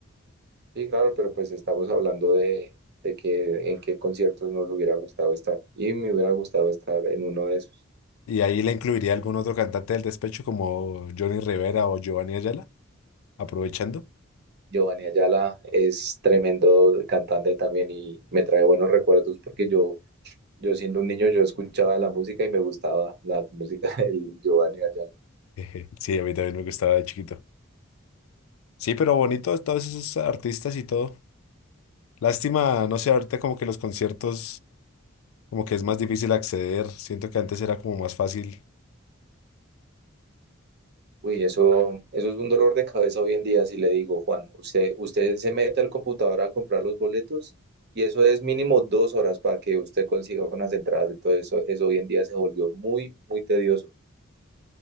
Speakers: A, on the right; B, on the left.
A: Sí, claro, pero pues estamos hablando de, de que en qué conciertos nos hubiera gustado estar. Y me hubiera gustado estar en uno de esos.
B: Y ahí la incluiría algún otro cantante del despecho como Johnny Rivera o Giovanni Ayala, aprovechando.
A: Giovanni Ayala es tremendo cantante también y me trae buenos recuerdos porque yo, yo siendo un niño, yo escuchaba la música y me gustaba la música <laughs> del Giovanni Ayala.
B: Jeje. Sí, a mí también me gustaba de chiquito. Sí, pero bonito todos esos artistas y todo. Lástima, no sé, ahorita como que los conciertos como que es más difícil acceder. Siento que antes era como más fácil
A: Uy, eso, eso es un dolor de cabeza hoy en día, si le digo, Juan, usted, usted se mete al computador a comprar los boletos y eso es mínimo dos horas para que usted consiga unas entradas. Entonces, eso, eso hoy en día se volvió muy, muy tedioso.